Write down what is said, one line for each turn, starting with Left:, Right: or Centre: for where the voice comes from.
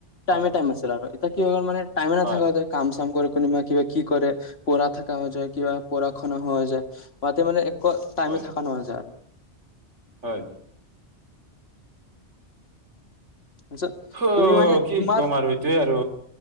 Right: হয়
Left: টাইমে টাইম আছিল আৰু ট কি হৈ গ'ল মানে টাইম নাথাকোতে
Right: হয়
Left: কাম চাম কৰি কোনোবা কিবা কি কৰে প়ঢা থাকা হৈ যায় কিবা পঢ়া শনা হৈ যায ৱাতে মানে এক টাইমে
Right: হয়
Left: থাক ন হৈ যায় আৰু
Right: হয়
Left: তাৰপিছত
Right: অ
Left: তুমি মানে
Right: কি
Left: তোমাৰ
Right: ক'ম আৰু এইটোয়ে আৰু